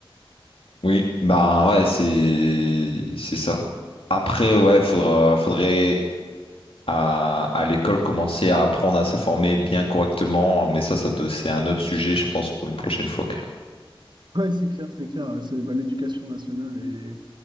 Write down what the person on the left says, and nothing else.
oui, bah ouais, c'est c'est ça. Après, ouais, faudra, faudrait à, à l'école commencer à apprendre à s'informer bien correctement. Mais ça, ça doit- c'est un autre sujet, je pense, pour une prochaine fois. quoi.